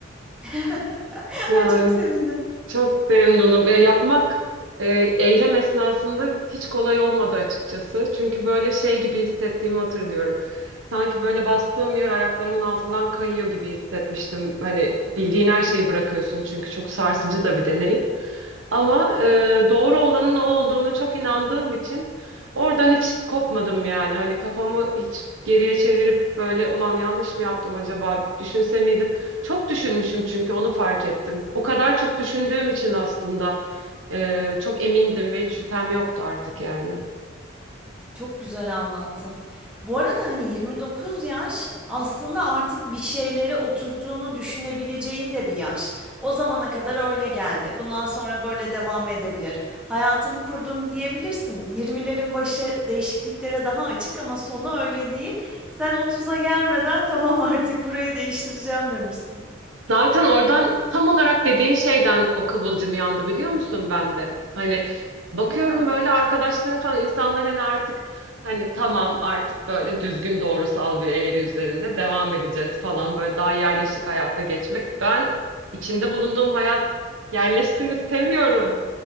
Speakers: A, in the centre; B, on the right.
A: <laughs>
B: <laughs> Yani
A: Ay çok sevindim.
B: Çok memnunum. Ya yapmak e, eylem esnasında hiç kolay olmadı açıkçası. Çünkü böyle şey gibi hissettiğimi hatırlıyorum. Sanki böyle bastığım yer ayaklarımın altından kayıyor gibi hissetmiştim. Hani bildiğin her şeyi bırakıyorsun çünkü çok sarsıcı da bir deneyim. Ama e, doğru olanın o olduğuna çok inandığım için oradan hiç kopmadım yani. Hani kafamı hiç geriye çevirip böyle ulan yanlış mı yaptım acaba düşünse miydim? Çok düşünmüşüm çünkü onu fark ettim. O kadar çok düşündüğüm için aslında e, çok emindim ve hiç şüphem yoktu artık yani.
A: Çok güzel anlattın. Bu arada, hani, 29 yaş aslında artık bir şeyleri oturttuğunu düşünebileceğin de bir yaş. O zamana kadar öyle geldi. Bundan sonra böyle devam edebilir. Hayatımı kurdum diyebilirsin. Yirmilerin başı değişikliklere daha açık ama sonu öyle değil. Sen otuz'a gelmeden tamam artık burayı değiştireceğim demişsin.
B: Zaten oradan tam olarak dediğin şeyden o kıvılcım yandı biliyor musun ben de? Hani bakıyorum
A: Ya.
B: böyle arkadaşlarım falan insanlar hani artık hani tamam artık böyle düzgün doğrusal bir eğri üzerinde devam edeceğiz falan böyle daha yerleşik hayata geçmek. Ben içinde bulunduğum hayat yerleşsin istemiyorum.